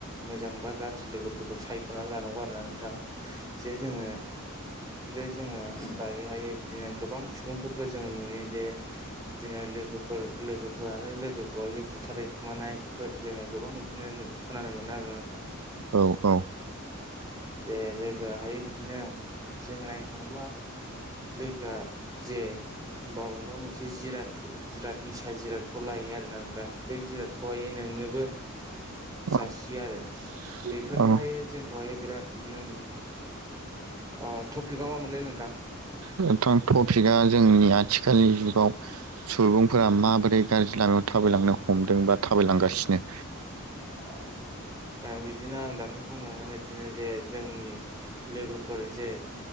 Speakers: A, on the right; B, on the right.
A: मोजां बा गाज्रि लोगोफोरखौ सायख'नानै लानांगौ आरो ना नोंथां। जे जोङो जे जोङा दायो हायो बिदिनो गोबां सुबुंफोरखौ जोङो नुयो दे बिदिनो लोगोफोर लोगोफोरानो लोगोखौहाय बुथारो। खुमानायफोर जोङो गोबां बिदिनो खोनानो मोनो आरो ना नोंथां।
B: औ
A: जे लोगो हाय बिदिनो जों नायनो थाङोब्ला लोगोआ जे बाबेबा मोनसे जिरादख' जिराद निसा जिरादखौ लायो आरो ना नोंथां। बै जिरादखौहायनो नोंनोबो जासियो
B: औ
A: आरो
B: औ
A: बेफोरबोहायो
B: औ
A: जोंखौहाय बिराद बिदिनो ओ थपिका मा मोनलै नोंथां?
B: नोंथां थपिखा जोंनि आथिखालनि जुगाव सुबुंफोरा माबोरै गाज्रि लामायाव थाबायलांनो हमदों बा थाबायलांगासिनो।
A: औ। ओ बिदिनो आं दानि बुंलांनाय बायदिनो जे जोंनि लोगोफोर जे